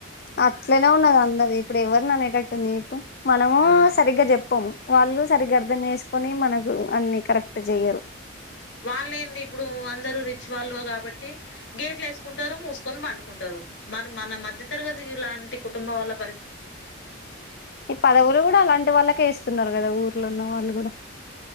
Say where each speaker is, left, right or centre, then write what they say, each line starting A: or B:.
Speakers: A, on the left; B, on the left.
A: అట్లనే ఉన్నది అందరు ఇప్పుడు ఎవరిని అనేటట్టుంది జెప్పు మనము
B: ఆ
A: సరిగ్గా చెప్పము వాళ్ళు సరిగ్ గర్థం చేసుకొని మన అన్నీ కరెక్ట్ జెయ్యరు
B: వాళ్ళ ఏంది ఇప్పుడు అందరూ రి వాళ్లవి కాబట్టి గేట్లే కుంటారు మూసుకొని బండుకుంటారు మరి మన మధ్య తరగత్ ఇలాంటి కుటుంబం వల్ల
A: ఈ పదవులు కూడా అలాంటి వాళ్ళక్ కేస్తున్నారు కదా ఊర్లో ఉన్న వాళ్ళు కూడా